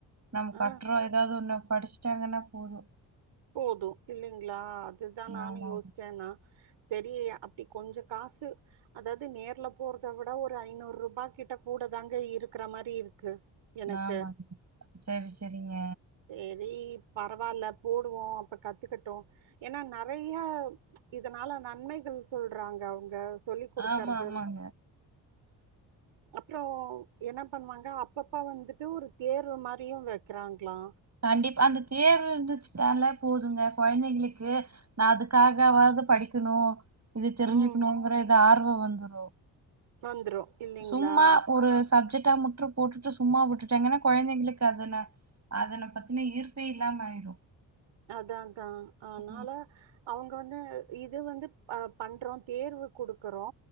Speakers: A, on the right; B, on the right.
A: நம்ம
B: ஆ
A: கட்றோ ஏதாவது ஒன்னு படிச்சுட்டாங்கன்னா போதும்
B: போது இல்லைங்களா அதுதா நானும்
A: ஆமா
B: யோசிச்சேன்னா சரிய்யா அப்படி கொஞ்சோ காசு அதாவது நேர்ல போறத விட ஒரு ஐநூறு ரூபா கிட்ட கூட தாங்க இருக்கற மாரி இருக்கு எனக்கு
A: ஆமா செரி செரிங்க
B: செரி பரவாயில்ல போடுவோ அப்ப கத்துக்கட்டோ ஏன்னா நறைய இதனால நன்மைகள் சொல்றாங்க அவங்க சொல்லிக் குடுக்கர்து
A: ஆமா ஆமாங்க
B: அப்புற என்ன பண்ணுவாங்க அப்பப்ப வந்துட்டு ஒரு தேர்வு மாரியு வைக்றாங்களா
A: கண்டிப்பா அந்த தேர்வு எந்துச்சுட்டாலே போதுங்க கொழந்தைகளுக்கு நா அதுக்காகவாது படிக்கணு இது தெரிஞ்சுக்கணுங்கிற
B: ம்
A: இது ஆர்வ வந்துரு
B: வந்துரு இல்லைங்களா
A: சும்மா ஒரு சப்ஜெக்ட்டா முற்று போட்டுட்டு சும்மா விட்டுட்டாங்கன்னா கொழந்தைங்களுக்கு அதுல அதன பத்துன ஈர்ப்பே இல்லாம ஆயிரு
B: அதாதா அதனால
A: ம்
B: அவங்க வந்து இது வந்து பண்றோ தேர்வு குடுக்குறோ